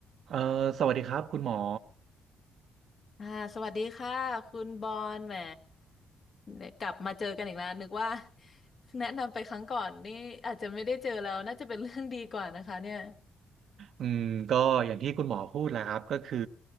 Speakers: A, on the right; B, on the left.
A: เอ่อสวัสดีครับคุณหมอ
B: อ่าสวัสดีค่ะคุณบอลแหมเนี่ยกลับมาเจอกันอีกแล้วนึกว่า <laughs> แนะนำไปครั้งก่อนนี่อาจจะไม่ได้เจอแล้วน่าจะเป็นเรื่องดีกว่านะคะเนี่ย
A: อืมก็อย่างที่คุณหมอพูดแหละครับก็คือ